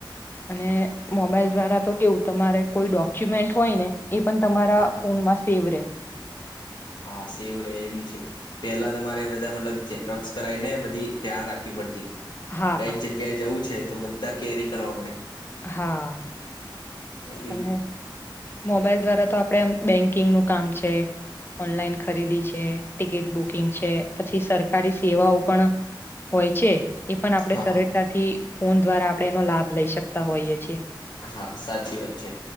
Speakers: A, on the left (about 25°); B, on the left (about 60°).
A: અને મોબાઈલ દ્વારા તો કેવું તમારે કોઈ ડોક્યુમેન્ટ હોય ને એ પણ તમારા
B: હા હા
A: ફોનમાં સેવ રહેે
B: હા સેવું રહે એ બી છે પેલા તમારે બધા મતલબ રત કરાઈને બધી ધ્યાન રાખવી પડતી
A: હા
B: કઈક જગ્યાએ જવું છે તો બધા કેરી કરવા પડે
A: હા
B: એ બી
A: અને મોબાઈલ દ્વારા તો આપડે આમ બેંકિંગ નું કામ છે ઓનલાઈન ખરીદી છે ટિકિટ બુકિંગ છે પછી સરકારી સેવાઓ પણ હોય છે એ પણ આપણે
B: હા
A: સરળતાથી
B: હા
A: ફોન દ્વારા આપણે એનો લાભ લઈ શકતા હોઈએ છીએ
B: હા સાચી વાત છે